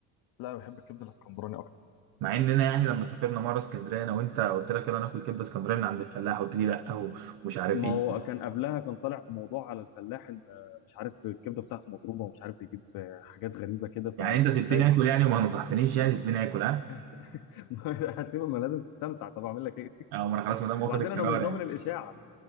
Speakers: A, on the left; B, on the right.
A: لا انا بحب الكبده الاسكندراني
B: مع اننا يعني لما سافرنا مره اسكندريه انا وانت قلت لك يلا ناكل كبده اسكندريه من عند الفلاح قلت لي لا هو مش عارف
A: ما
B: ايه
A: هو كان قبلها كان طالع موضوع على الفلاح ان آه، مش عارف الكبده بتاعته مضروبه ومش عارف بيجيب آه، حاجات غريبه كده فكنت
B: يعني انت سبتني
A: خايف
B: اكل يعني وما نصحتنيش يعني سبتني اكل ها
A: <laughs> هسيبه ما لازم تستمتع طب اعمل لك ايه
B: اه ما انا خلاص ما دام واخد
A: وبعدين
B: القرار
A: انا مش ضامن
B: يعني
A: الاشاعه